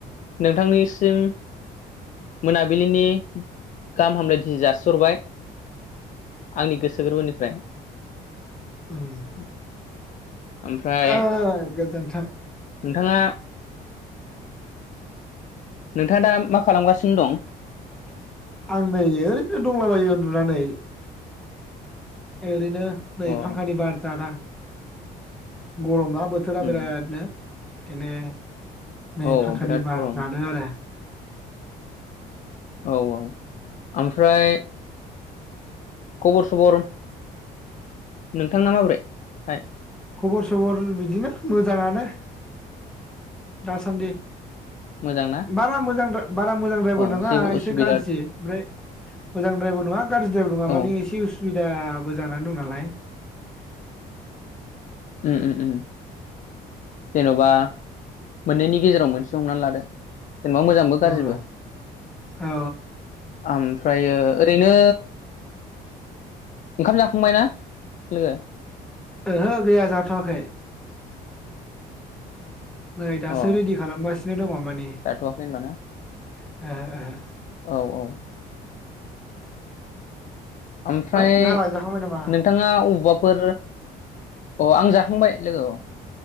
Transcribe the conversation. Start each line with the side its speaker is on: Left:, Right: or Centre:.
Left: नोंथांनिसिम मोनाबिलिनि गाहाम हामलायथि जासि हरबाय आंनि गोसो गोरबोनिफ्राय <inaudible>
Centre: उम
Left: ओमफ्राय
Centre: ओ गोजोन्थों
Left: <unintelligible> नोंथाङा दा मा खालामगासिनो दं
Centre: आं नै ओरैनो दंलाबायो उन्दुनानै ओरैनो नै
Left: अ
Centre: फांखानि बार जाना गरम ना बोथोरा
Left: उम
Centre: बिरादनो बिदिनो नै
Left: औ
Centre: फांखानि
Left: बिराद
Centre: बार
Left: गरम
Centre: जादों आरो <inaudible>
Left: औ औ ओमफ्राय खबर सबर नोंथांना माबोरै हाय
Centre: खबर सबर बिदिनो मोजाङानो दासानदि
Left: मोजां ना
Centre: बारा मोजां दा बारा मोजां द्राइबो
Left: अ
Centre: नङा
Left: जेबो
Centre: एसे
Left: उसुबिदा
Centre: गाज्रि ओमफ्राय मोजां द्राइबो नङा गाज्रि द्राइबो नङा माने
Left: औ
Centre: एसे अ सुबिदाबो जानानै दं नालाय औ
Left: उ उ उ जेन'बा मोननैनि गेजेराव मोनसे हमनानै लादो जेनेबा मोजांबो गाज्रिबो
Centre: औ
Left: उम
Centre: औ
Left: ओमफ्रायो ओरैनो ओंखाम जाखांबाय ना लोगो
Centre: ओहो गैया जाथ'वाखै नै दासो
Left: अ
Centre: रेडि खालामगासिनो दङ माने ओहो
Left: जाथ'वाखै होनबा ना
Centre: ओहो
Left: औ औ ओमफ्राय
Centre: नोंहालाय जाखांबाय नामा?
Left: नोंथाङा अबावबाफोर अ आं जाखांबाय लोगौ